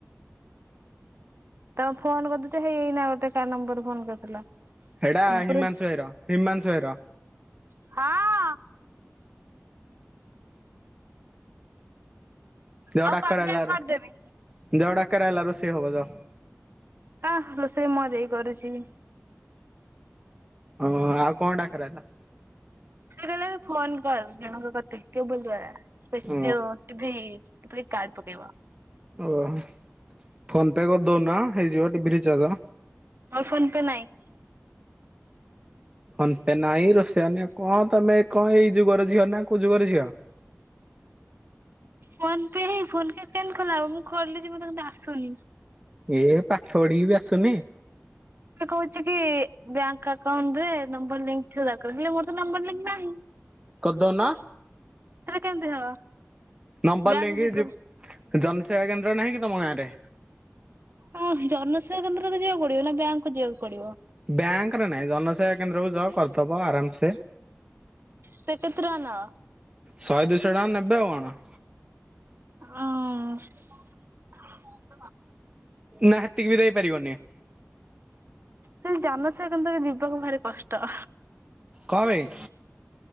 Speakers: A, on the right; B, on the right.
A: ତାକୁ ଫୋନ କରିଦେଇଥିନି ହେଇ ଏଇନା ଗୋଟେ କାହା ନମ୍ବରରୁ ଫୋନ କରିଥିଲା।
B: ଏଇଟା
A: ମୁଁ ପୁରା
B: ହିମାଂଶୁ ଭାଇ ର ହିମାଂଶୁ ଭାଇ ର।
A: ହଁ।
B: ଯାଅ
A: ଆଉ
B: ଡାକରା
A: କରିଦେବି
B: ହେଲା
A: କରିଦେବି
B: ଯାଅ ଡାକରା ହେଲା ରୋଷେଇ ହବ ଯାଅ।
A: ଆ ରୋଷେଇ ମୋ ଦେଇ କରୁଚି।
B: ଓହ ଆଉ କଣ ଡାକରା ଆଇଲା?
A: ସିଏ କହିଲା କି ଫୋନ୍ କର ଜଣଙ୍କ କତି କି କେବୁଲ ଦ୍ଵାରା
B: ଓ
A: ଯଉ ଟିଭି ପ୍ରି କାଡ ପକେଇବ।
B: ଓହ ଫୋନ ପେ କରିଦଉନ ହେଇଯିବ ଟିଭି ରିଚାର୍ଜ।
A: ମୋର ଫୋନ ପେ ନାଇଁ।
B: ଫୋନ ପେ ନାଇଁ ରୋଷେଇବନି କଣ ତମେ କଣ ଏଇ ଯୁଗର ଝିଅ ନା କଉ ଯୁଗର ଝିଅ?
A: ଫୋନ ପେ ହିଁ ଫୋନ ପେ କେମିତି ଖୋଲା ହବ ମୁଁ ଖୋଲିଚି ମତେ କିନ୍ତୁ ଆସୁନି।
B: ଏ ପାଠ ପଢିକି ବି ଆସୁନି।
A: ସେ କହୁଛି କି ବ୍ୟାଙ୍କ ଆକାଉଣ୍ଟ ରେ ନମ୍ବର ଲିଙ୍କ ଥିବା ଦରକାର ହେଲେ ମୋର ତ ନମ୍ବର ଲିଙ୍କ ନାହିଁ।
B: କରିଦଉନ।
A: ସେଟା କେମିତି ହବ।
B: ନମ୍ବର
A: ବ୍ୟାଙ୍କ
B: ନେଇକି
A: ଯିବ
B: ଯି ଜନସେବା କେନ୍ଦ୍ର ନାହିଁ କି ତମ ଗାଁରେ।
A: ଆ ଜନସେବା କେନ୍ଦ୍ରକୁ ଯିବାକୁ ପଡିବ ନା ବ୍ୟାଙ୍କକୁୁ ଯିବାକୁ ପଡିବ।
B: ବ୍ୟାଙ୍କରେ ନାହିଁ ଜନସେବା କେନ୍ଦ୍ରକୁ ଯଅ କରିଦବ ଆରାମସେ।
A: ସିଏ କେତେ ଟଙ୍କା ନବ?
B: ଶହେ ଦୁଇଶହ ଟଙ୍କା ନେବେ ଆଉ କଣ।
A: ହଁ।
B: ନା ହେତିକି ବି ଦେଇ ପାରିବନି।
A: ସେଇ ଜନସେବା କେନ୍ଦ୍ର ଯିବାକୁ ଭାରି କଷ୍ଟ।
B: କଁ ପାଇଁ?